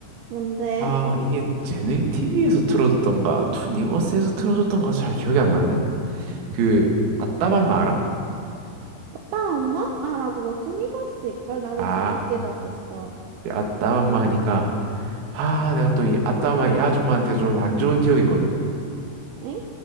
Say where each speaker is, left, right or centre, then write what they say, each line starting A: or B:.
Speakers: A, on the right; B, on the right.
A: 뭔데?
B: 아, 이게 재능 TV에서 틀어줬던가 투니버스에서 틀어줬던가 잘 기억이 안 나네. 그 아따맘마 알아?
A: 나 엄마? 아, 나 그거 투니버스 일걸 나도
B: 아,
A: 재밌게 봤었어.
B: 이제 아따맘마 하니까 아, 내가 또 이 아따맘마 이 아줌마한테 좀 안 좋은 기억이 있거든.
A: 응?